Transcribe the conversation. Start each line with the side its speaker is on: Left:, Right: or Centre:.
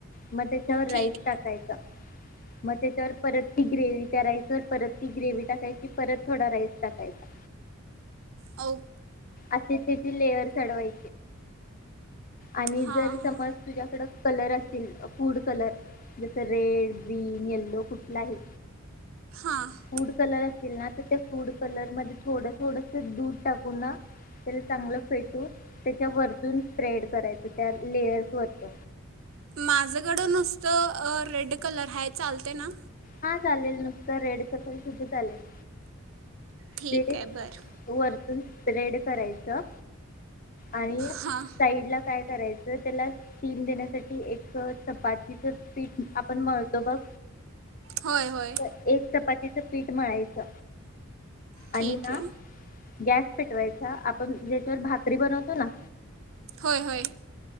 Left: म त्याच्यावर
Right: ठीक
Left: राईस टाकायचा.... म त्याच्यावर परत ती ग्रेवी करायचं परत ती ग्रेवी टाकायची परत थोडा राईस टाकायचा.
Right: औ
Left: असे तेथील लेअर चढवाय आणि
Right: हां
Left: जर समज तुझाकडं कलर असतील फूड कलर जस रेड ग्रीन येल्लो कुठलाही
Right: हां हां
Left: फूड कलर ना तर ते फूड कलर मध्ये थोडं थोडस दूध टाकू ना त्याला चांगलं फेटून त्याच्या वरतून स्प्रेड करायच त्या लेयर्स वरत
Right: माझकडं नुसतं रेड कलर हाय चालतय ना
Left: हा चालेल नुसत रेड कलर सुद्धा चालेल
Right: ठीक
Left: ते
Right: आहे बरं
Left: वरतून रेड करायचं आणि
Right: हां
Left: साईड ला काय कराय तर त्याला स्टीम देण्यासाठी एक चपातीच पीठ आपण मळतो बघ
Right: होय होय
Left: एक चपातीचं पीठ मळायचं
Right: ठीक
Left: आणि ना
Right: ये
Left: गॅस पेटवायचा आपण ज्याच्यावर भाकरी बनवतो ना
Right: होय होय